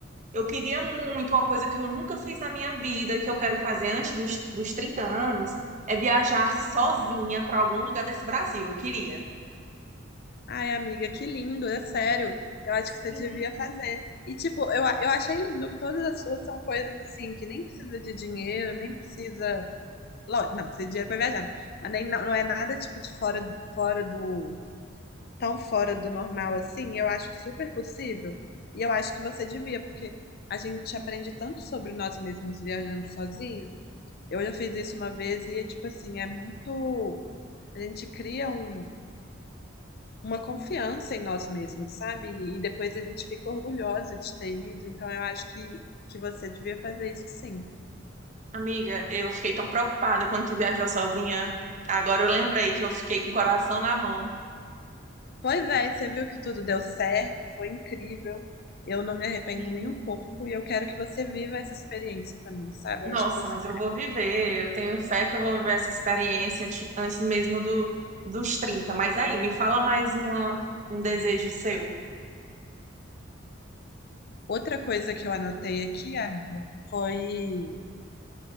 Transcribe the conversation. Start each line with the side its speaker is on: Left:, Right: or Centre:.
Right: Eu queria muito, uma coisa que eu nunca fiz na minha vida, e que eu quero fazer antes dos, dos 30 anos, é viajar sozinha para algum lugar desse Brasil. Eu queria.
Left: Ai, amiga, que lindo, é sério. Eu acho
Right: Sim.
Left: que você devia fazer. E tipo, eu, a- eu achei lindo que todas as suas são coisas assim que nem precisa de dinheiro, nem precisa, Lógico, não, precisa de dinheiro para viajar, mas nem não, não é nada tipo de fora fora do tão fora do normal assim. Eu acho super possível. E eu acho que você devia, porque a gente aprende tanto sobre nós mesmos viajando sozinho. Eu já fiz isso uma vez e é tipo assim, é muito. A gente cria um- uma confiança em nós mesmos, sabe? E depois a gente fica orgulhosa de ter ido. Então eu acho que, que você devia fazer isso sim.
Right: Amiga, eu fiquei tão preocupada quando tu viajou sozinha. Agora eu lembrei que eu fiquei com o coração na mão.
Left: Pois é, você viu que tudo deu certo, foi incrível. Eu não me arrependo
Right: Sim.
Left: nem um pouco e eu quero que você viva essa experiência também, sabe?
Right: Nossa,
Left: Eu acho que você.
Right: mas eu vou viver, eu tenho fé que eu vou viver essa experiência antes antes mesmo do, dos 30. Mas aí, me fala mais uma, um desejo seu.
Left: Outra coisa que eu anotei aqui, amiga, foi